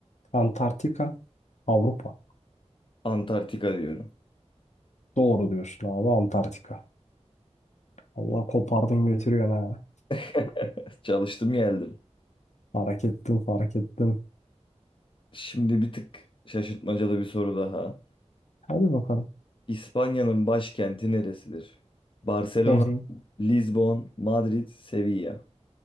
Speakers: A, on the left; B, on the left.
A: Antarktika, Avrupa.
B: Antarktika diyorum.
A: Doğru diyorsun abi Antarktika. Allah kopardın götürüyorsun ha.
B: <laughs> Çalıştım geldim.
A: Fark ettim, fark ettim.
B: Şimdi bir tık şaşırtmacalı bir soru daha.
A: Hadi bakalım.
B: İspanya'nın başkenti neresidir? Barcelona,
A: Hı hı.
B: Lisbon, Madrid, Sevilla.